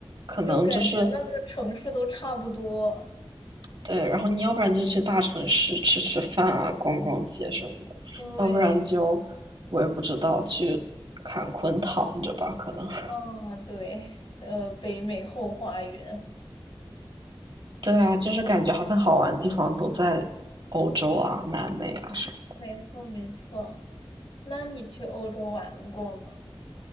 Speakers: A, on the right; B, on the left.
A: 可能就是
B: 就感觉那个城市都差不多。
A: 对，然后你要不然就去大城市吃吃饭啊，逛逛街什么的，
B: 对，
A: 要不然就我也不知道去坎昆躺着吧，可能。<laughs>
B: 哦，对，呃，北美后花园，
A: 对啊，就是感觉好像好玩的地方都在欧洲啊、南美啊什么。
B: 没错没错。那你去欧洲玩过吗？